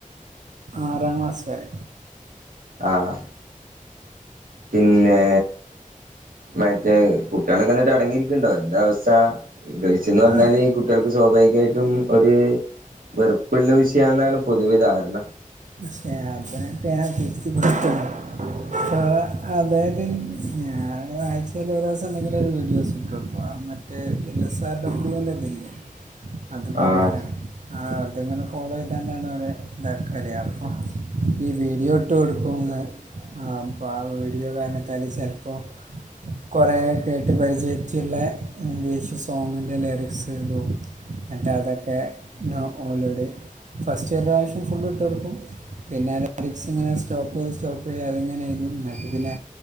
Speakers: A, on the right; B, on the right.
A: ആറാം ക്ലാസ് വരെ
B: ആഹ് പിന്നേ മറ്റേ കുട്ടികളൊക്കെ ഇ ന്നിട്ട് അടങ്ങിയിരിക്കണ്ടോ എന്താ അവസ്ഥ ഇംഗ്ളീഷ്ന്ന് പറഞ്ഞാല്
A: ആ
B: കിട്ട്യാൾക്ക് സ്വാഭാവികയിട്ടും ഒരു വെറുപ്പുള്ള വിഷയെന്നാണ് പൊതുവെ ധാരണ
A: പക്ഷേ അതിനക്ക ഞാൻ തിരുത്തി കൊടുത്തു ഓഹ് അതായത് ഞാൻ ആയിച്ചീലോരോസം എന്തെങ്കിലും ഒരു വീഡിയോസ് ഇട്ട് കൊടുക്കോ മറ്റേ എൽ എസ് ആർ ഡബ്ല്യുന്റെല്ലെ അത് പ്രകാരം
B: ആഹ്
A: ആഹ് അതങ്ങനെ ഫോളോ ചെയ്താ തന്നാണ് ഇതക്കൽ അപ്പം ഈ വീഡിയോ ഇട്ട് കോടുക്കുന്ന് അപ്പ ആ വീഡിയോ കാരണത്താൽ ചെലപ്പോ കൊറെേ കേട്ട് പരിചയിച്ള്ള ഇംഗ്ലീഷ് സോങ്ങി്ന്റെ ലറിക്സ് ഇടും ഇന്നിട്ട്തൊക്കെ നാ ഓലോട് ഫസ്റ്റ് ഒരു പ്രാവശ്യം ഫുള്ള്ട്ട് കൊടുക്കും പിന്നെ ലെരിക്സ് ഇങ്ങനെ സ്റ്റോപ്പ് ചെയ്ത് സ്റ്റോപ്പ് ചെയ്ത് അത്ങ്ങനെ എയ്തും ന്ന്ട്ട് പിന്നെ